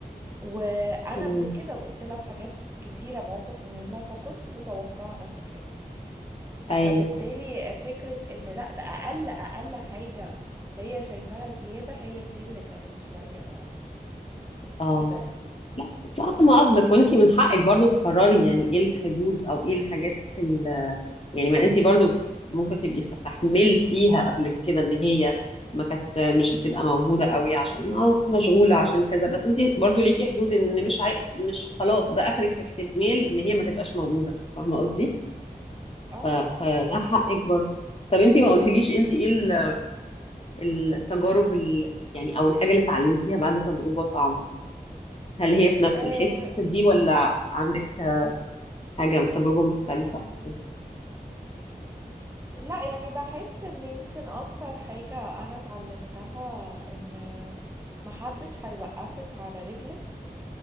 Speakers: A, on the right (about 15°); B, on the left (about 40°).
A: وانا
B: مم.
A: قبل كده وقفت لها في حاجات كتيره مواقف مهمه فكنت متوقعه نفس الحاجه
B: ايوه
A: فبالتالي
B: ايوه
A: فكره ان لا ده اقل اقل حاجه هي شايفاها زياده هي دي اللي كانت شويه
B: اه
A: كده يعني
B: لا فاهمة قصدك وانتي من حقك برضو تقرري يعني ايه الحدود او ايه الحاجات ال... يعني ما انتي برضو ممكن تبقي استحملتيها قبل كده ان هي ما كانت مش بتبقى موجودة قوي عشان اه مشغولة عشان كذا بس انتي برضو ليكي حدود ان مش عاي... مش خلاص ده اخرك في احتمال ان هي ما تبقاش موجودة فاهمة قصدي
A: اه
B: ف... فده حقك برضو طب انتي ما قلتليش انتي ايه ال... التجارب ال... يعني او الحاجه اللي اتعلمتيها بعد تجربه صعبه هل هي في نفس
A: آه،
B: الحته دي ولا عندك حاجه تجربه مختلفه او كده
A: لا يعني بحس ان يمكن اكتر حاجه انا اتعلمتها ان محدش هيوقفك على رجلك